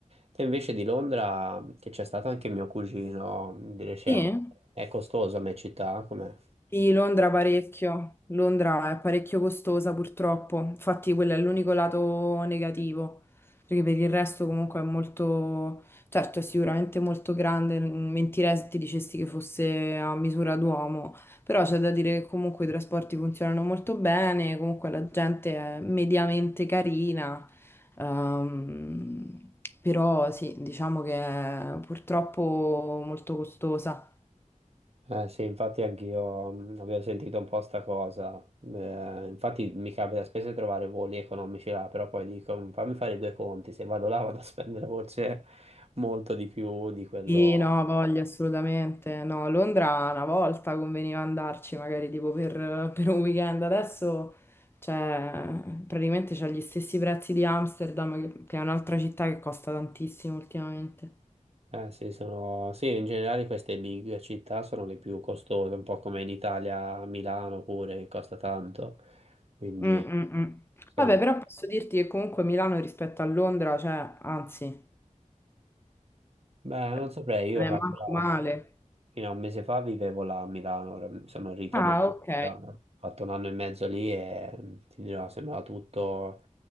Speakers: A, on the right; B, on the left.
A: Te invece di Londra, che c'è stato anche mio cugino di Mm. recente,
B: sì?
A: Mm. è costoso a me città, com'è?
B: Sì, Londra parecchio, Londra è parecchio costosa purtroppo, infatti quello è l'unico lato negativo, perché per il resto comunque è molto, certo è sicuramente molto grande, mentirei se ti dicessi che fosse a misura d'uomo, però c'è da dire che comunque i trasporti funzionano molto bene, comunque la gente è mediamente carina, ehm, però sì, diciamo che è purtroppo molto costosa.
A: Eh, sì, infatti anch'io mh, avevo sentito un po' sta cosa, Eh, infatti mi capita spesso di trovare voli economici là, però poi dico, "Mh, fammi fare i due conti, se vado là vado a spendere forse molto di più di quello
B: Sì, no, voglio assolutamente. No, Londra una volta conveniva andarci, magari tipo per, per un weekend. Adesso cioè, praticamente c'ha gli stessi prezzi di Amsterdam, che, che è un'altra città che costa tantissimo ultimamente.
A: Eh, sì, sono... sì, in generale queste big città sono le più costose, un po' come in Italia, Milano pure, che costa tanto. Quindi
B: Mm, mm, mm.
A: sono...
B: Vabbè, però posso dirti che comunque Milano rispetto a Londra, cioè, anzi,
A: Beh,
B: cioè,
A: non saprei, io
B: non è
A: calcola,
B: manco male.
A: fino a un mese fa vivevo là a Milano, ora sono ritornato,
B: Ah,
A: in
B: ok.
A: Italia, ho fatto un anno e mezzo lì e mm, ti dirò, sembrava tutto,